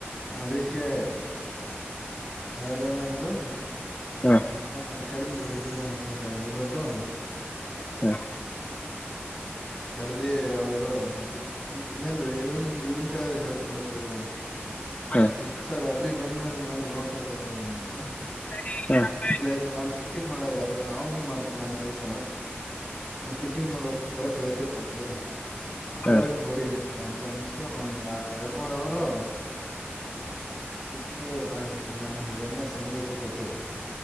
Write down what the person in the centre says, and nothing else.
ಅದಿಕ್ಕೆ. ಅವರೇನದ್ರು.
ಹಾ ಕರಿಇಲ್ಲಿ ರೆಡ್ಡಿನಂತ ಹೇಳ್ಬಿಟ್ಟು.
ಕರ್ದಿ ಅವರು. ಹ ಹೇಳಿ ಎ ಎಂಡ್ರಿ ಇವನ್ ಇವನ್ ಕೈಲಿ ಕೆಲ್ಸ ಮಾಡಸ್ತಾ ಇದೀರಾ.
ಬುಲ್ಲಾ ಸರ ಅಭೀ ಬಂದ್ಮೇಲೆ ನಾನು ನೋಡ್ಕತಾರಲ್ಲ ಅಂದ್ರ.
ಇಲ್ಲಾ ಇಲ್ಲಾ ಅವ್ನ್ ಕಿಟಿಂಗ್ ಮಾಡದ ಯಾರು ಅವನ್ ಮಾಡ್ತಾನ ಆ ಕೆಲ್ಸ. ಹ ಕಿಟ್ಟಿಂಗ್ ಮಾಡೋರ ಕೆಲಸ ಐತಿ ಅವಂಗೆ.
ಪ್ರವೀಣ್
ಕೊಡಿ ಅಂತ ಅಂದಬಿಟ್ಟು ಒಂದ ಎರಡ ಮೂರ ಅವರು. ಕಿಪಿಂಗ ಮಾಡ ನನಗ ಎಮ ಎಸ ನನ ಜೊತೆ ಕೊಟ್ಟಿದ್ರು.